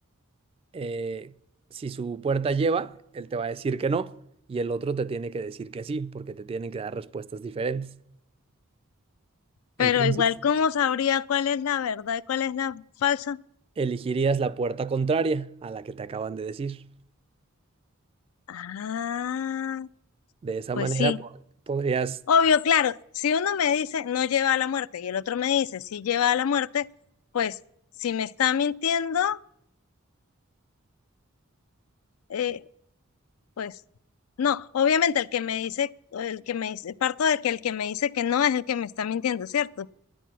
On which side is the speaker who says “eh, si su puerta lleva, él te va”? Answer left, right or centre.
Right